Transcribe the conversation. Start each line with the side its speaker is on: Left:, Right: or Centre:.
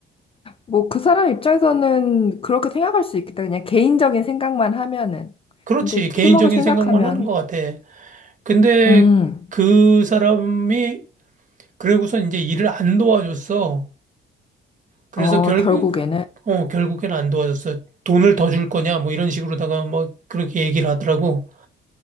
Left: 뭐 그 사람 입장에서는 그렇게 생각할 수 있겠다. 그냥 개인적인 생각만 하면은.
Right: 그렇지.
Left: 근데
Right: 개인적인
Left: 팀워크를 생각하면,
Right: 생각만 하는 것 같아. 근데
Left: 음,
Right: 그 사람이 그러고서 이제 일을 안 도와줬어. 그래서
Left: 어,
Right: 결국
Left: 결국에는,
Right: 어 결국엔 안 도와줬어. 돈을 더 줄 거냐 뭐 이런 식으로다가 뭐 그렇게 얘기를 하더라고.